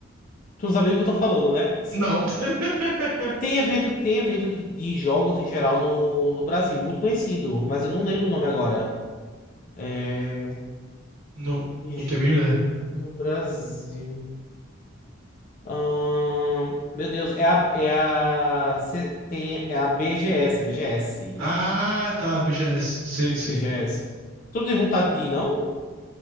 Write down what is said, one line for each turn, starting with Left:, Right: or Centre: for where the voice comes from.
Left: tu não sabe o que eu tô falando, né?
Right: Não. <laughs>
Left: Tem evento, de- tem evento de, de jogos em geral no, no Brasil, muito conhecido, mas eu não lembro o nome agora. É...
Right: Não,
Left: de
Right: não
Left: j-
Right: tenho a mínima
Left: j-
Right: ideia.
Left: No Brasil. Ahn, meu Deus, é a, é a, cê tem, é a BGS, é BGS,
Right: Ah, tá, BGS, sim, sim.
Left: BGS. Tu não tem vontade de ir, não?